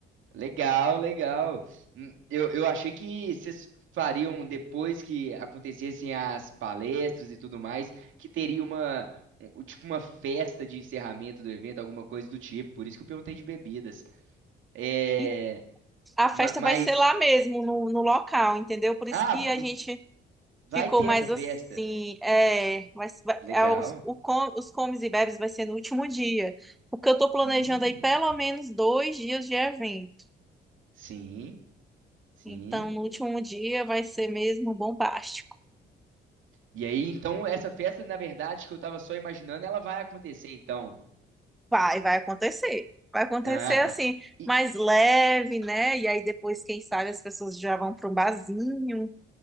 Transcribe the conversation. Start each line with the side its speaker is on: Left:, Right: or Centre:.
Right: Legal, legal. Hum, Eu, eu achei que vocês fariam depois que acontecessem as palestras e tudo mais, que teria uma, um- tipo uma festa de encerramento do evento, alguma coisa do tipo. Por isso que eu perguntei de bebidas. É,
Centre: E a festa
Right: ma- mas,
Centre: vai ser lá mesmo, no, no local, entendeu? Por isso
Right: ah,
Centre: que
Right: va-
Centre: a
Right: em-
Centre: gente
Right: vai
Centre: ficou
Right: ter
Centre: mais
Right: essa festa.
Centre: assim. É, vai, vai-
Right: Legal.
Centre: é os, o com- os comes e bebes vai ser no último dia. Porque eu tô planejando
Right: Hum,
Centre: aí pelo menos dois dias de evento.
Right: sim, sim.
Centre: Então, no último dia vai ser mesmo bombástico.
Right: E aí, então, essa festa, na verdade, que eu tava só imaginando, ela vai acontecer, então.
Centre: Vai, vai acontecer. Vai acontecer
Right: Ah,
Centre: assim
Right: e
Centre: mais leve, né? E aí depois, quem sabe, as pessoas já vão para um barzinho,